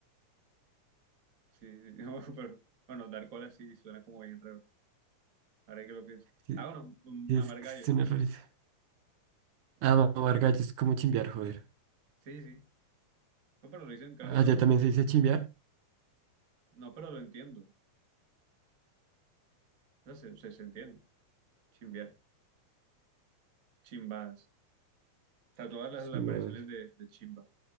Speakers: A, on the right; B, on the right.
A: sí, sí. <laughs> No, pero bueno, dar cola sí suena como bien raro, ahora que lo pienso.
B: Sí,
A: Ah, bueno, mamar
B: sí, es que
A: gallo,
B: suena rarísimo. Ah, mamar gallo es como chimbear, joder.
A: sí, sí, no, pero lo dicen creo
B: Allá
A: que todos,
B: también
A: ¿no?
B: se dice chimbear.
A: No, pero lo entiendo. O sea, se, se- se entiende. Chimbear, chimbas. O sea, todas las,
B: Chimbados.
A: las variaciones de, de chimba.